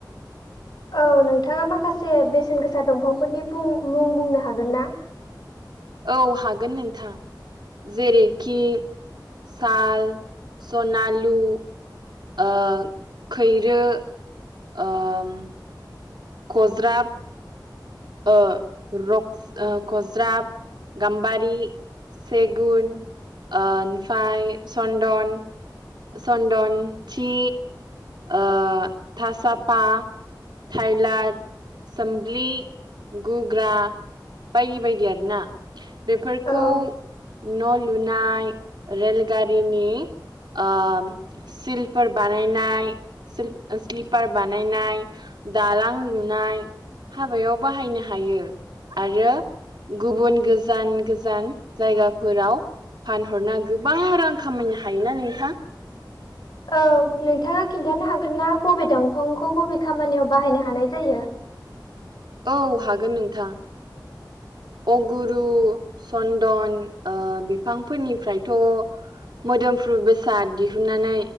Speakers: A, on the left; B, on the right.
A: औ नोंथाङा माखासे बेसेन गोसा दंफांफोरनि बुं मुं बुंनो हागोन ना?
B: औ हागोन नोंथां। जेरैखि साल सनालु ओ खैरो ओम खज्राब ओ रक ओ खज्राब गाम्बारि सेगुन ओनफाय सन्दन सन्दन थि ओ थासाफा थाइलारद सोम्लि गुग्रा बायदि बायदि आरोना बेफोरखौ
A: औ
B: न' लुनाय रेलगारिनि ओम सिलफोर बानायनाय सिल ओ स्लिपार बानायनाय दालां लुनाय हाबायाव बाहायनो हायो आरो गुबुन गोजान गो जान जायगाफोराव फानहरना गोबां रां खामायनो हायोना नोंथां?
A: औ नोंथाङा खिन्थानो हागोन ना बबे दंफांखौ बबे खामानियाव बाहायनो हानाय जायो?
B: औ हागोन नोंथां। अगुरु चन्दन ओ बिफांफोरनिफ्रायथ' मोदोमफ्रु बेसाद दिहुननानै